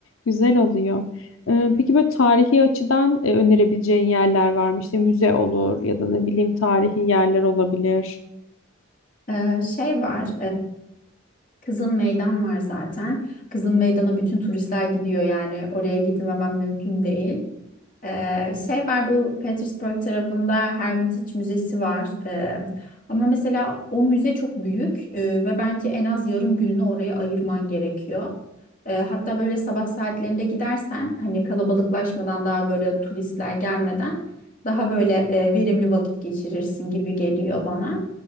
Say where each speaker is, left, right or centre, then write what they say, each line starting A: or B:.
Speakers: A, on the left; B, on the left.
A: Güzel oluyor. Ee, peki böyle tarihi açıdan e, önerebileceğin yerler var mı? İşte müze olur ya da ne bileyim tarihi yerler olabilir.
B: E, şey var. Kızıl Meydan var zaten. Kızıl Meydan'a bütün turistler gidiyor yani oraya gitmemem mümkün değil. Ee, şey var bu Petersburg tarafında Hermitage Müzesi var. Ee, ama mesela o müze çok büyük e, ve bence en az yarım gününü oraya ayırman gerekiyor. Ee, hatta böyle sabah saatlerinde gidersen hani kalabalıklaşmadan daha böyle turistler gelmeden daha böyle e, verimli vakit geçirirsin gibi geliyor bana.